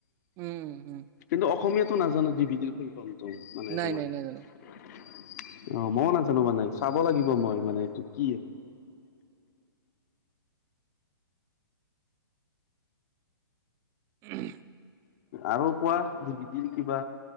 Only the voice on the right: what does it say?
উম, উম,
নাই
নাই নাজানো
উম।